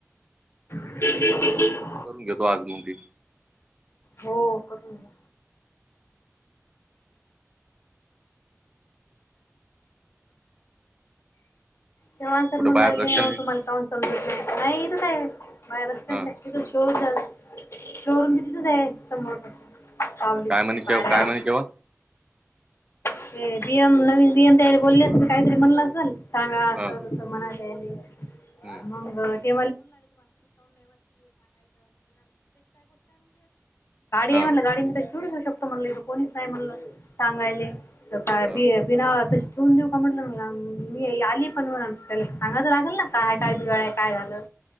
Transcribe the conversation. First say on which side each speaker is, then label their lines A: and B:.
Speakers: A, on the left (about 55°); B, on the right (about 20°).
A: <inaudible>
B: करून घेतो आज मंग ते.
A: हो करून घ्या. चव्हाण सर
B: कुठं
A: म्हणु
B: बाहेर
A: लागले,
B: रस्त्याने
A: अहो तुम्हाला काऊन समजत नाय का? नाय इथंच आहे बाहेर रस्त्यात
B: ह
A: नाय. <inaudible> शोरूम बि तिथंच आहे समोर. सावलीत
B: काय म्हणे
A: पााराव
B: काय म्हणे जेव्हा
A: ते डीयम नवीन डीयम ताई बोलले असतील काहीतरी म्हणलं असलं. सांगा असं
B: ह
A: तसं म्हणाले ते,
B: ह
A: मंग <unintelligible> गाडी आहे
B: ह
A: म्हणलं गाडीने तर सोडू श-शकतो म्हणलं, इथे कोणीच नाही म्हणलं सांगायले. तर काय
B: ह
A: बि बिनावा तशी ठेवून देऊ का म्हटलं, <unintelligible> मी आलीय पण त्याला सांगाय तर लागेल न. काय काय बिघडाय काय झालं.